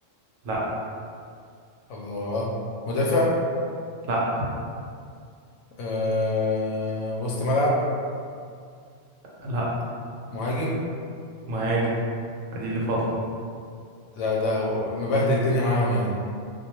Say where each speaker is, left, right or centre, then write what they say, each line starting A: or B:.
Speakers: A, on the right (about 80°); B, on the left (about 70°).
A: لا
B: الله مدافع
A: لا
B: آه... وسط ملعب
A: لا
B: مهاجم
A: مهاجم دي اللي فاضله
B: لا ده مبهدل الدنيا معاهم يعني